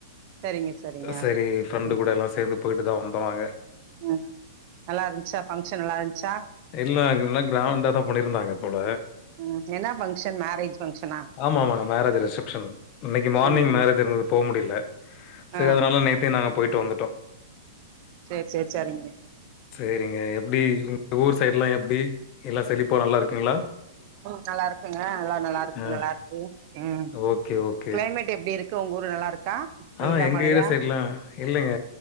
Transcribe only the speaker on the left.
சரி ஃப்ரெண்டு
கூட எல்லா சேந்து போய்ட்டு தா வந்தோ நாங்க
இல்ல <inaudible> நல்லா கிராண்டா தா பண்ணியிருந்தாங்க இத்போல
ஆமா ஆமாங்க மேரேஜ் ரிசப்ஷன் இன்னைக்கி மார்னிங்
மேரேஜ் இருந்தது போக முடியல சேரி
அதனால நேத்தே நாங்க போயிட்டு வந்துட்டோ
சேரிங்க எப்டி உங்க ஊர் சைடு் எல்லா எப்டி எல்லா செழிப்ப நல்லா இருக்கிங்ளா
ஆ.
ஓகே, ஓகே.
ஆ எங்க
ஏரியா சைடுலாம் இல்லைங்க